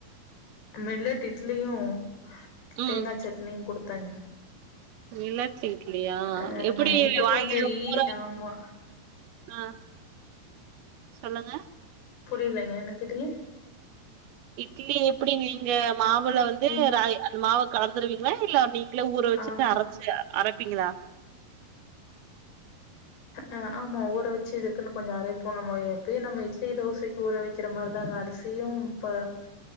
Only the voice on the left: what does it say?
மில்லட் இட்லியும்
தேங்காய் சட்னியும் குடுத்தேங்க
ஆ
நைட்டு
கொஞ்சோ ஈ
ஆமா
புரியலிங்க என்ன கேட்டீங்க
இ
ஆ
ஆ ஆமா ஊற வச்சு இதுக்குன்னு கொஞ்சம் அரைப்போம் நம்ம எப்பயுமே நம்ம இட்லி தோசைக்கு ஊற வச்ச வைக்கிற மாரிதாங்க அரிசியும் இப்ப